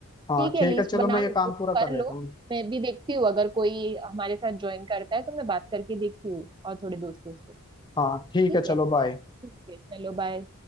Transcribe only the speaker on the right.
ठीक है
लिस्ट
बना
लो
तुम
कर
लो
मैं भी देखती हूँ अगर कोई हमारे साथ ज्वाइन करता है तो मैं बात करके देखती हूँ और थोड़े दोस्तों से
ठीक
है
ठीक है चलो बाय